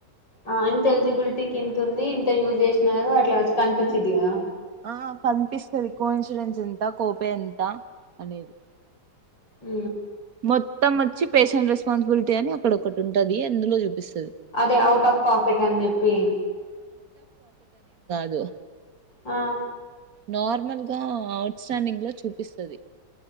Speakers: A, on the left; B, on the right.
A: ఆ ఇంత ఎలిజిబుల్టీకి ఇంతుంది ఇంత యూజ్ చేసినారు అట్లా కనిపిచ్చిది కదా
B: ఆ కనిపిస్తది కో ఇన్సూరెన్స్ ఎంత కోపే ఎంత అనేది
A: ఉ
B: మొత్తం వచ్చి పేషెంట్ రెస్పాన్సిబిలిటీ అని అక్కడ ఒకటి ఉంటది అందులో చూపిస్
A: అదే అవుట్ ఆఫ్ పాకెట్ అని చెప్పి
B: దో
A: ఆ
B: నార్మల్గా అవుట్ స్టాండింగ్ లో చూపిస్తది